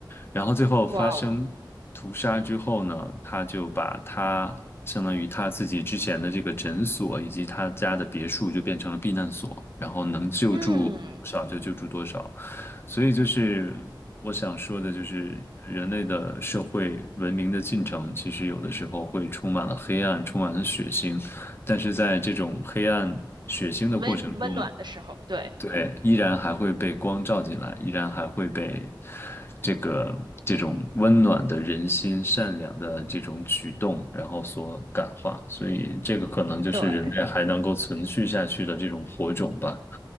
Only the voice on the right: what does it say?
哇哦，
嗯，
温温暖的时候，对
对。